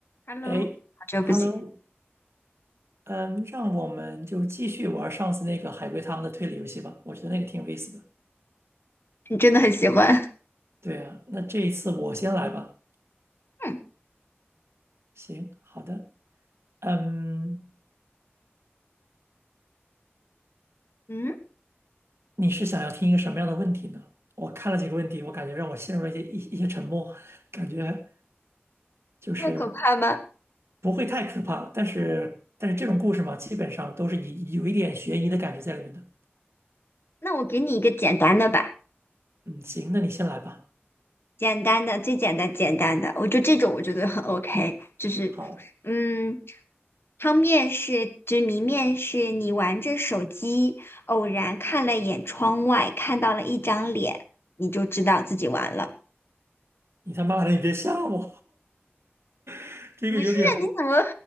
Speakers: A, on the left (about 65°); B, on the right (about 80°).
A: Hello，
B: 哎，Hello，
A: 好久不见，
B: 嗯，让我们就继续玩上次那个海龟汤的推理游戏吧，我觉得那个挺有意思的。
A: 你真的很喜欢。
B: 对啊，那这一次我先来吧。
A: 嗯
B: 行，好的。嗯，
A: 嗯，
B: 你是想要听一个什么样的问题呢？我看了几个问题，我感觉让我陷入了一些一一些沉默，<laughs> 感觉就是
A: 那么可怕吗？
B: 不会太可怕，但是但是这种故事嘛，基本上都是有有一点悬疑的感觉在里面的。
A: 那我给你一个简单的吧，
B: 嗯，行，那你先来吧。
A: 简单的，最简单，简单的，我就这种我觉得很 OK。就是，
B: 好，
A: 嗯，汤面是就是谜面是你玩着手机，偶然看了眼窗外，看到了一张脸，你就知道自己完了。
B: 你他妈的，你别吓我，<laughs> 这个有点。
A: 不是，你怎么